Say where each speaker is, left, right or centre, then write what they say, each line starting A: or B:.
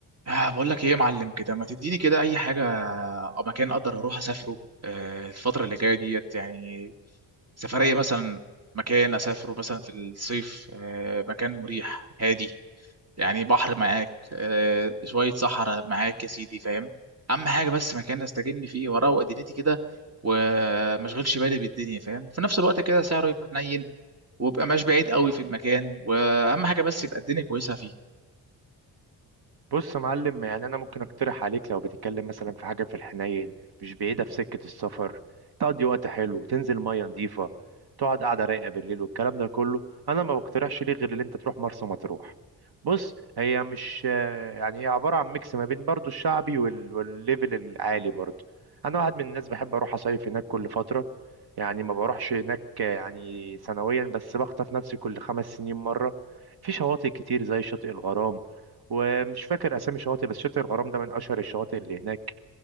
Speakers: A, on the right (about 35°); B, on the right (about 55°).
A: آه بقول لك ايه يا معلم كده ما تديني كده اي حاجه او مكان اقدر اروح اسافره آه الفتره اللي جايه ديت يعني سفريه مثلا مكان اسافره مثلا في الصيف آه مكان مريح هادي يعني بحر معاك آه شويه صحراء معاك يا سيدي فاهم اهم حاجه بس مكان استجم فيه واروق دنيتي كده وما اشغلش بالي بالدنيا فاهم في نفس الوقت كده سعره يبقى حنين ويبقى مش بعيد قوي في المكان واهم حاجه بس يبقى الدنيا كويسه فيه
B: بص يا معلم يعني انا ممكن اقترح عليك لو بتتكلم مثلا في حاجه في الحنين مش بعيده في سكه السفر تقضي وقت حلو تنزل ميه نظيفه تقعد قاعده رايقه بالليل والكلام ده كله انا ما بقترحش ليه غير ان انت تروح مرسى مطروح بص هي مش آه، يعني هي عباره عن ميكس ما بين برضو الشعبي وال... والليفل العالي برضو انا واحد من الناس بحب اروح اصيف هناك كل فتره يعني ما بروحش هناك آه، يعني سنويا بس بخطف نفسي كل خمس سنين مره في شواطئ كتير زي شاطئ الغرام ومش فاكر اسامي شواطئ بس شاطئ الغرام ده من اشهر الشواطئ اللي هناك